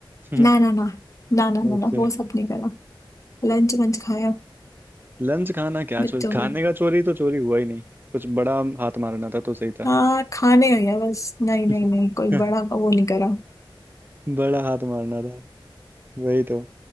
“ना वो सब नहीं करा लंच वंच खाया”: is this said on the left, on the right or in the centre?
Left